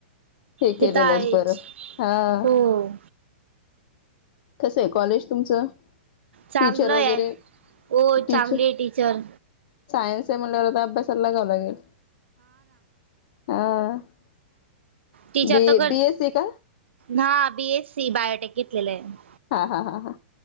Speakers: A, on the left; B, on the right.
A: हे
B: ते
A: केलेलंच
B: तर आहेच
A: बरं हा
B: हो
A: कसं आहे कॉलेज तुमचं
B: चांगलं
A: टीचर वगैरे
B: आहे. हो
A: टीच
B: चांगली आहे टीचर
A: सायन्स आहे म्ह अभ्यासला लागवं लागेल हा
B: तिच
A: बी
B: तर करच
A: बीएससी का
B: हा बीएससी बायोटेक घेतलेलं आहे
A: हा हा हा हा